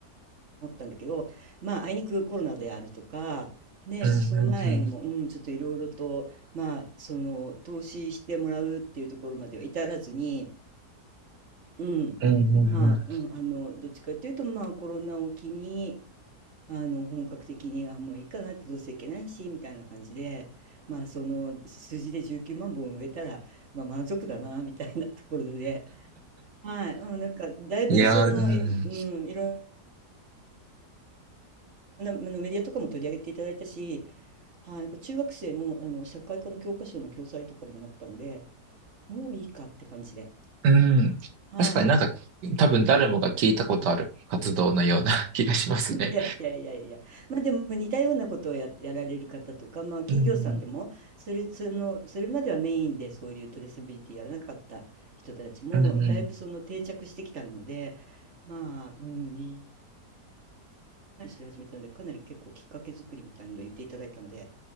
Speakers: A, on the right; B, on the right.
A: 持ったんだけど、まあ、あいにくコロナであるとか、ね、
B: うん。
A: その前にも、うん、ちょっといろいろと、まあ、その、投資してもらうっていうところまでは至らずに、うん、
B: うん。うん
A: まあ、うん、あの、どっちかっていうと、まあ、コロナを機に、あの本格的にあもういいかなってどうせいけないしみたいな感じでまあその数字で19万本植えたら、まあ、満足だなみたいなところで、はい、うん、なんかだいぶそのいろ、
B: いやー、うん。
A: うん、いろんなまあのメディアとかも取り上げていただいたし、はい、なんか中学生の、あの社会科の教科書の教材とかにもなったのでもういいかって感じで。
B: うん。
A: はい
B: 確かになんか、多分誰もが聞いたことある活動のような <laughs> 気がしますね。
A: いやいやいやいや、まあでも似たようなことをや、やられる方とか、まあ企業さんでも、
B: うん。
A: それ、その、それまではメインでそういうトレーサビリティやらなかった人たちも、
B: うん。うん。
A: だいぶその定着してきたので、まあ、うん、に、それ始めたので、かなり結構きっかけ作りみたいなのを言っていただいたので、